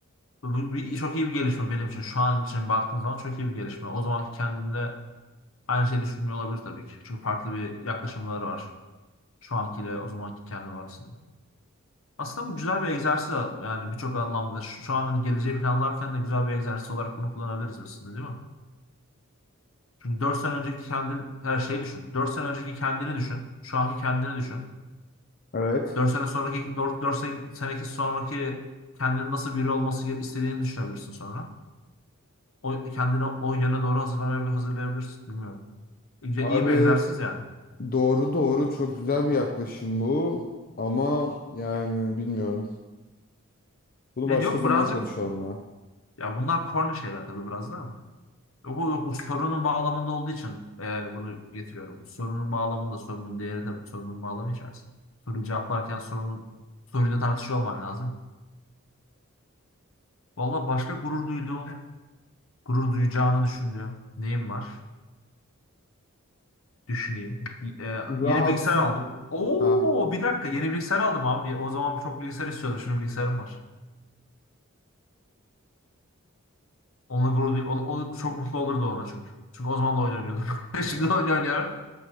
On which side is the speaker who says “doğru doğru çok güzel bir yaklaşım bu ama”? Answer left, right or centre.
Left